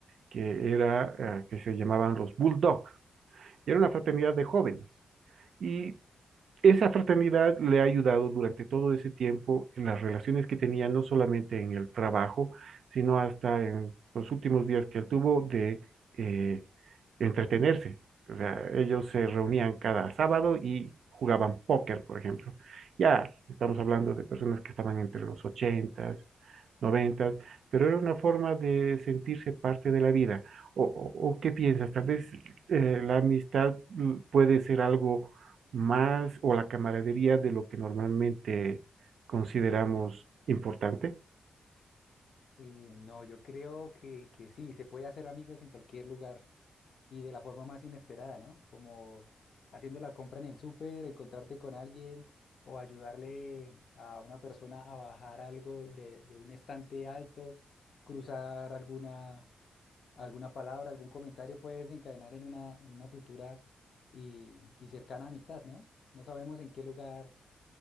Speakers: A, on the right; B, on the left.
A: que era, eh, que se llamaban los Bulldog, y era una fraternidad de jóvenes. Y esa fraternidad le ha ayudado durante todo ese tiempo en las relaciones que tenía, no solamente en el trabajo, sino hasta en los últimos días que él tuvo de eh, entretenerse. O sea, ellos se reunían cada sábado y jugaban póker, por ejemplo. Ya estamos hablando de personas que estaban entre los ochentas, noventas, pero era una forma de sentirse parte de la vida. ¿O, o- o qué piensas? Tal vez eh, la amistad mm, puede ser algo más o la camaradería de lo que normalmente consideramos importante.
B: Y no, yo creo que, que sí, se puede hacer amigos en cualquier lugar y de la forma más inesperada, ¿no? Como haciendo la compra en el súper, encontrarte con alguien o ayudarle a una persona a bajar algo de, de un estante alto, cruzar alguna alguna palabra, algún comentario puede desencadenar en una, en una futura y, y cercana amistad, ¿no? No sabemos en qué lugar